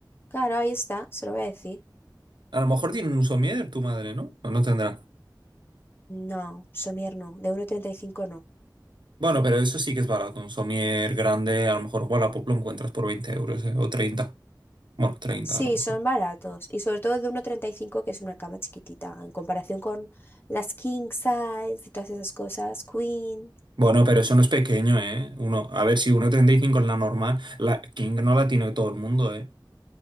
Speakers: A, on the left; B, on the right.
A: claro, ahí está, se lo voy a decir.
B: A lo mejor tiene un somier tu madre, ¿no? O no tendrá.
A: No, Somier no, de uno treinta y cinco no.
B: Bueno, pero eso sí que es barato, un somier grande, a lo mejor Wallapop lo encuentras por 20 euros, ¿eh? O treinta Bueno, 30
A: Sí,
B: a lo mejor.
A: son baratos y sobre todo de uno treinta y cinco que es una cama chiquitita en comparación con las king size y todas esas cosas, queen.
B: Bueno, pero eso no es pequeño, ¿eh? Uno, a ver, si uno treinta y cinco es la normal, la King no la tiene todo el mundo, ¿eh?